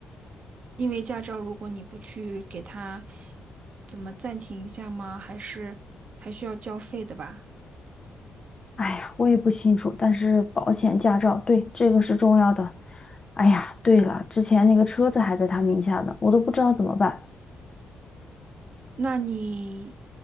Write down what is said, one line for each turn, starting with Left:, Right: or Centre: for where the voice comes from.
Right: 因为驾照如果你不去给他怎么暂停一下吗？还是还需要交费的吧？
Left: 哎呀，我也不清楚，但是保险、驾照，对，这个是重要的。哎呀，对了，之前那个车子还在他名下呢，我都不知道怎么办。
Right: 那你